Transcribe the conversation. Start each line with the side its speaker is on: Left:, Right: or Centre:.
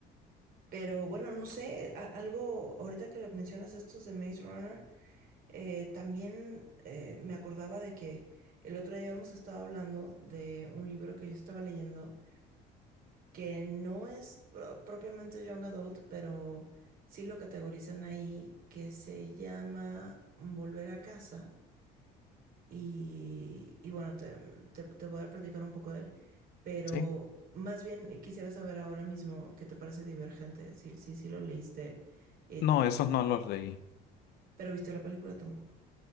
Right: Pero bueno, no sé, a- algo, ahorita que lo mencionas estos de Maze Runner, eh, también eh, me acordaba de que el otro día habíamos estado hablando de un libro que yo estaba leyendo que no es pro- propiamente Young Adult, pero sí lo categorizan ahí, que se llama Volver a casa. Y, y bueno, te, te, te voy a platicar un poco de él, pero
Left: sí.
Right: más bien quisiera saber ahora mismo qué te parece Divergente, si si si lo leíste, y
Left: No,
Right: te-
Left: esos no los leí.
Right: pero viste la película tampoco.